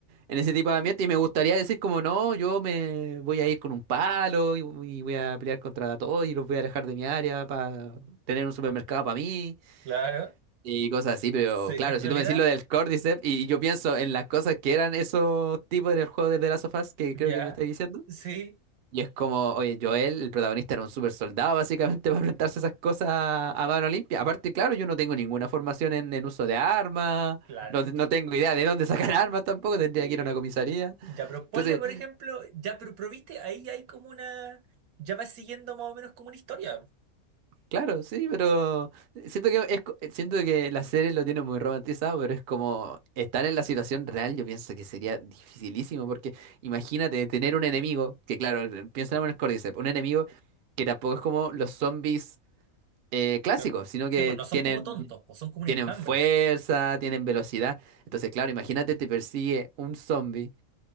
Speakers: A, on the right (about 65°); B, on the right (about 80°).
A: en ese tipo de ambiente y me gustaría decir como no, yo me voy a ir con un palo y, y voy a pelear contra todos y los voy a alejar de mi área para tener un supermercado para mí
B: Claro.
A: y cosas así, pero
B: Sí,
A: claro,
B: en
A: si
B: realidad,
A: tú me decís lo del Cordyceps y, y yo pienso en las cosas que eran esos tipos en el juego de The Last of Us que
B: ya.
A: creo que me estáis diciendo.
B: Sí,
A: Y es como, oye, Joel, el protagonista era un super soldado básicamente <laughs> para enfrentarse a esas cosas a mano limpia. Aparte, claro, yo no tengo ninguna formación en, en uso de armas,
B: claro.
A: no, no tengo idea de dónde sacar <laughs> armas tampoco, tendría
B: Sí.
A: que ir a una comisaría.
B: Ya, pero
A: Entonces,
B: ponle, por ejemplo, ya, pero, pero viste, ahí hay como una. Ya vas siguiendo más o menos como una historia.
A: Claro, sí, pero siento que es, co- eh, siento que la serie lo tiene muy romantizado, pero es como estar en la situación real, yo pienso que sería dificilísimo, porque imagínate tener un enemigo, que claro, eh, piensa en el Cordyceps, un enemigo que tampoco es como los zombies eh, clásicos,
B: Claro.
A: sino
B: Sí,
A: que
B: pues no son
A: tienen,
B: como tontos, pues son como un
A: tienen
B: enjambre.
A: fuerza, tienen velocidad. Entonces, claro, imagínate te persigue un zombie